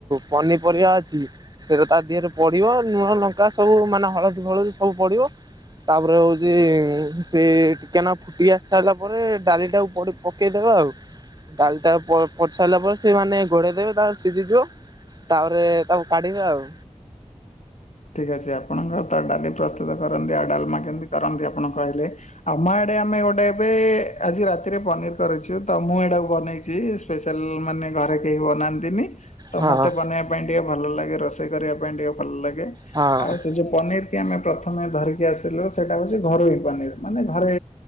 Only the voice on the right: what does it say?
ପନିପରିବା ଅଛି ସେତ ତା ଦିହରେ ପଡିବ ନୁଣ ଲଙ୍କା ସବୁ ମାନେ ହଳଦୀ ଫଳଦୀ ସବୁ ପଡିବ। ତାପରେ ହଉଛି ସେ ଟିକେନା ଫୁଟି ଆସି ସାରିଲା ପରେ ଡାଲି ଟାକୁ ପଡି ପକେଇଦବା ଆଉ ଡାଲିଟା ପ ପଡ଼ି ସାରିଲା ପରେ ସେମାନେ ଗୋଡେଇ ଦେବେ ତାପରେ ସିଝିଯିବ ତାପରେ ତାକୁ କାଢିବେ ଆଉ
ହଁ
ହଁ